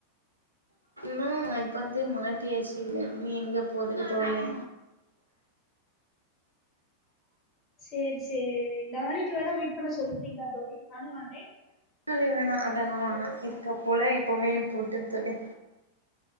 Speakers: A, on the right; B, on the left.
A: மா இப்ப வந்து மாட்டியாச்சு இல்ல நீ எங்க போகுது தோழி
B: சேரி சேரி நாளைக்கு வேணா மீட் பண்ண சொல்றீங்ளா தோழி நானு வறே
A: இல்ல வேணா அதெல்லா வேணா இருக்க போ இல்ல எப்பவுமே போட்டுந் தோழி